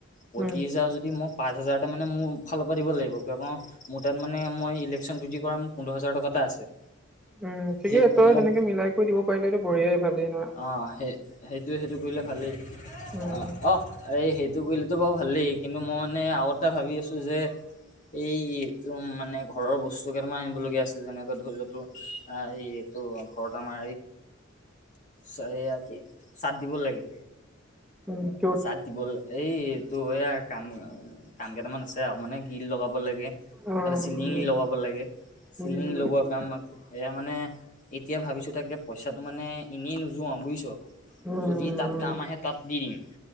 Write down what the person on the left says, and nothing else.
পঁত্ৰিছ
হাজাৰ যদি মোক পাঁচ হাজাৰতে মানে মোৰ ফালৰ পৰা দিব লাগিব কিয় ক মোৰ তাত মানে মই ইলেকশ্যন ডিউটি কৰা মোৰ পোন্ধৰ হাজাৰ টকা এটা আছে
সেই
মই
অঁ সেই সেইটো সেইটো কৰিলে ভালেই
অ অ এই সেই সেইটো কৰিলেতো বাৰু ভালেই কিন্তু মই মানে আগতে ভাবি আছোঁ যে এই টো মানে ঘৰৰ বস্তু কেইটামান আনিব লগগীয়া আছিল যেনেকৈ ধৰি লতো অ এই এইটো ঘৰত আমাৰ অ সয়া কি চাদ দিব লাগে
চাৰাদ দিব এই তো এই আৰু কাম কাম কেইটামান আছে আৰু মানে গিল লগাব লাগে
এইফালে চিলিং
লগাব লাগে
চিলিং
লগোৱা কাম আক সেয়া মানে এতিয়া ভাবিছো তাকে পইচাটো মানে এনেই নোযোৱা বুজিছ
যদি তাত কাম আহে তাত দি দিম